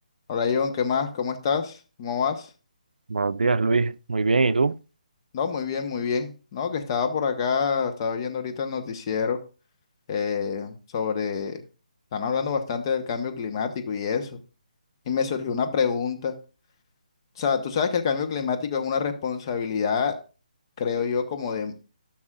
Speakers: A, on the left; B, on the right.
A: Hola John, ¿qué más? ¿Cómo estás? ¿Cómo vas?
B: Buenos días, Luis. Muy bien, ¿y tú?
A: No, muy bien, muy bien. No, que estaba por acá, estaba viendo ahorita el noticiero eh, sobre, están hablando bastante del cambio climático y eso. Y me surgió una pregunta. O sea, tú sabes que el cambio climático es una responsabilidad, creo yo, como de